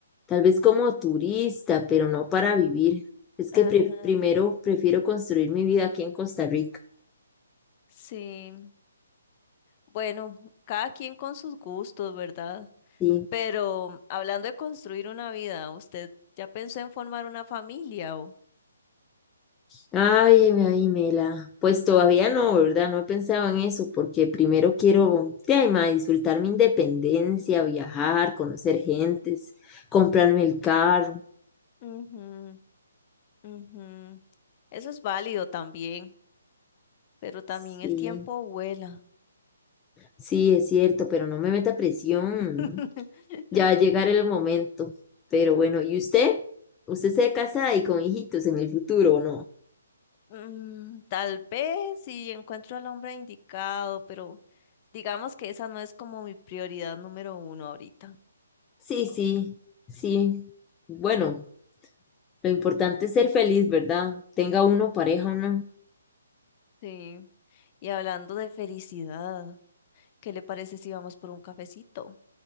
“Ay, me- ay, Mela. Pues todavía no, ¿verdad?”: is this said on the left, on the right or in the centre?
Left